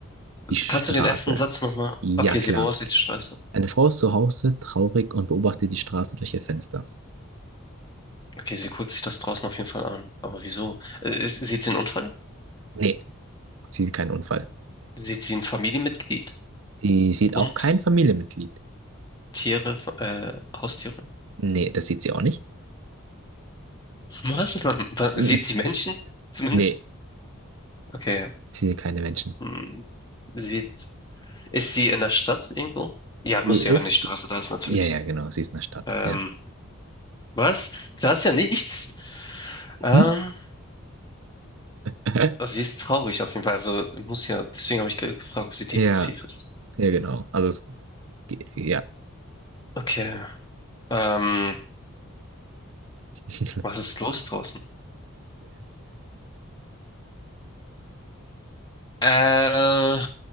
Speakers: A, on the right; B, on the left.
A: Die Straße.
B: kannst du den ersten Satz nochmal?
A: Ja,
B: Okay,
A: klar.
B: sie beobachtet die Straße.
A: Eine Frau ist zu Hause traurig und beobachtet die Straße durch ihr Fenster.
B: Okay, sie guckt sich das draußen auf jeden Fall an. Aber wieso? Äh, ist, sieht sie einen Unfall?
A: Nee, sie sieht keinen Unfall.
B: Sieht sie ein Familienmitglied?
A: Sie sieht
B: Hund?
A: auch kein Familienmitglied.
B: Tiere? Äh, Haustiere?
A: Nee, das sieht sie auch nicht.
B: <laughs> Was? Man, man,
A: Mm,
B: sieht sie Menschen? Zumindest?
A: Nee,
B: Okay.
A: sie sieht keine Menschen.
B: Hm, Sieht Ist sie in der Stadt irgendwo? Ja,
A: Sie
B: muss
A: ist.
B: ja, wenn die Straße da ist, natürlich.
A: Ja, ja, genau, sie ist in der Stadt.
B: Ähm,
A: Ja.
B: was? Da ist ja nichts. Ähm,
A: Hm? <laughs>
B: also sie ist traurig auf jeden Fall. Also muss ja, deswegen habe ich ge- gefragt, ob sie depressiv
A: Ja,
B: ist.
A: ja, genau. Also, es, ja.
B: Okay. Ähm,
A: <laughs>
B: was ist los draußen? Äh, äh,